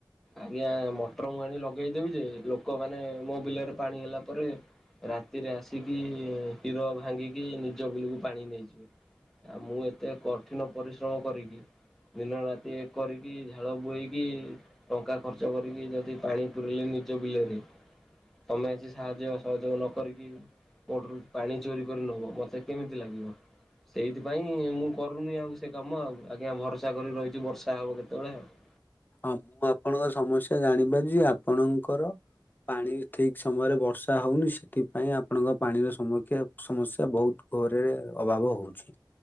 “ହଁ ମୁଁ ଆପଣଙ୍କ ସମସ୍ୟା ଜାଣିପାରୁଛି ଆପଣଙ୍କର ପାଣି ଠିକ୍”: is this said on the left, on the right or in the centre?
Left